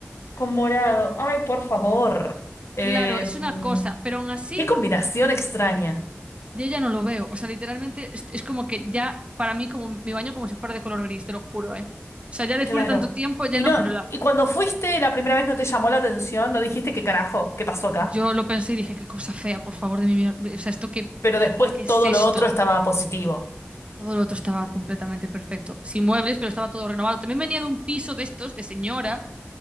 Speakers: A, on the left (about 85°); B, on the right (about 25°).
A: con morado. Ay, por favor. Em,
B: Claro, es una cosa, pero aún así
A: qué combinación extraña.
B: Yo ya no lo veo. O sea, literalmente es, es como que ya, para mí, como mi baño como si fuera de color gris, te lo juro, ¿eh? O sea, ya después
A: Claro.
B: de tanto tiempo, ya
A: Y
B: no.
A: no,
B: Pero la,
A: y cuando fuiste la primera vez no te llamó la atención, no dijiste qué carajo, qué pasó acá.
B: yo lo pensé y dije, qué cosa fea, por favor, de mi mier- O sea, ¿esto qué,
A: Pero
B: qué,
A: después
B: qué es
A: todo
B: esto?
A: lo otro estaba positivo.
B: Todo lo otro estaba completamente perfecto. Sin muebles, pero estaba todo renovado. También venía de un piso de estos, de señora,